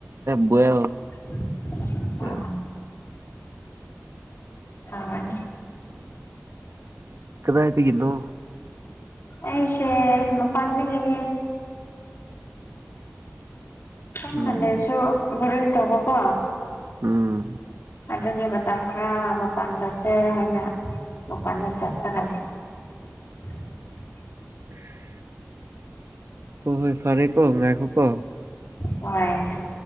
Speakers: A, on the right; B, on the left.
A: ꯕꯣꯏꯜ
B: <unintelligible> ꯑ
A: ꯕꯣꯏꯜ
B: ꯍꯥꯎꯔꯅꯦ
A: ꯀꯗꯥꯏꯗꯒꯤꯅꯣ
B: ꯑꯩꯁꯦ ꯃꯄꯥꯡꯗꯒꯤꯅꯦ ꯀꯝꯒ
A: ꯎꯝ
B: ꯂꯩꯔꯁꯨ ꯒ‌ꯣꯕꯤꯟ ꯇꯧꯕ ꯀꯣ
A: ꯎꯝ
B: ꯑꯗꯨꯒꯤ ꯃꯇꯝ ꯈꯔ ꯃꯄꯥꯟ ꯆꯠꯁꯦ ꯍꯥꯏꯅ ꯃꯄꯥꯟꯗ ꯆꯠꯂꯒ ꯂꯦ ꯎ <unintelligible>
A: <inaudible> ꯍ‌ꯣꯏ ꯍꯣꯏ ꯐꯥꯔꯦꯀꯣ ꯉꯥꯏꯈꯣ ꯀꯣ
B: ꯍꯣꯏ